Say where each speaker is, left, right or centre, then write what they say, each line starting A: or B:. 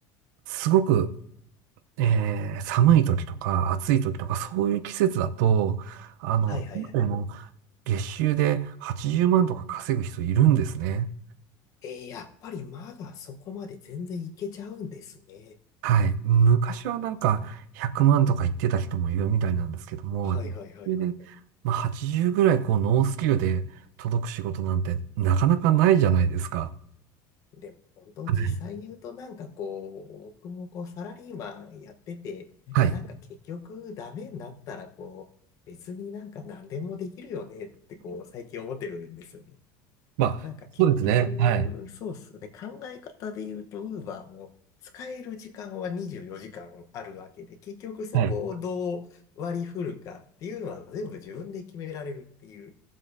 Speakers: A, on the right (about 85°); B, on the left (about 35°).
A: すごく、えー寒い時とか暑い時とかそういう季節だと、あの、
B: はいはいはいはい。
A: 今でも月収で80万とか稼ぐ人いるんですね。
B: えー、やっぱりまだそこまで全然いけちゃうんですね。
A: はい。昔はなんか100万とか言ってた人もいるみたいなんですけども、
B: はいはいはいはいはい。
A: それで、まあ、80ぐらいこうノースキルで届く仕事なんてなかなかないじゃないですか。
B: でも本当実際言うとなんかこう、
A: はい。
B: 僕もこうサラリーマンやってて、
A: はい。
B: なんか結局ダメになったらこう、別になんか何でもできるよねってこう最近思ってるんですよね。
A: まあ、
B: なんか結局、
A: そうですね。はい。
B: そうっすね。考え方で言うと、ウーバーも使える時間は24時間あるわけで、結局そこをどう割り振るかっていうのは全部自分で決められるっていう。
A: はい。